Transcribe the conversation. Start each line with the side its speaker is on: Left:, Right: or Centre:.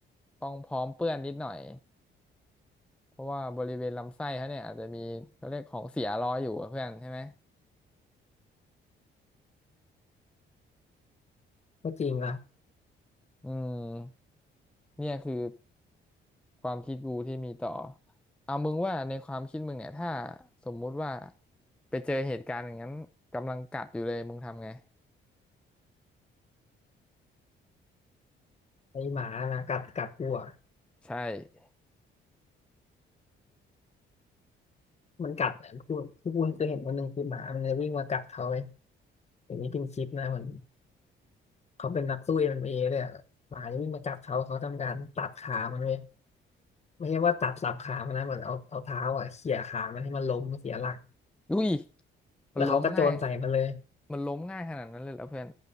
Centre: ต้องพร้อมเปื้อนนิดหน่อยเพราะว่าบริเวณลำไส้เขาเนี่ยอาจจะมีเขาเรียกของเสียรออยู่อะเพื่อนใช่ไหม
Left: ก็จริงว่ะ
Centre: อืม เนี่ยคือความคิดกูที่มีต่อ เอามึงว่าในความคิดมึงเนี่ยถ้าสมมุติว่าไปเจอเหตุการณ์อย่างนั้นกำลังกัดอยู่เลยมึงทำไง
Left: ไอหมานะกัดกัดกูอ่ะ
Centre: ใช่
Left: มันกัดอะคือคือกูเคยเห็นวันหนึ่งคือหมามันจะวิ่งมากัดเขาไอ้อย่างนี้เป็นคลิปนะเหมือนเขาเป็นนักสู้เอ็มเอเลยอะหมาจะวิ่งมากัดเขาเขาทำการตัดขามันเลยไม่ใช่ว่าตัดสับขามันนะเหมือนเอาเอาเท้าอ่ะเขี่ยขามันให้มันล้มเสียหลัก
Centre: อุ้ยมันล้มง่าย
Left: แล้วเขากระโจนใส่มันเลย
Centre: มันล้มง่ายขนาดนั้นเลยเหรอเพื่อน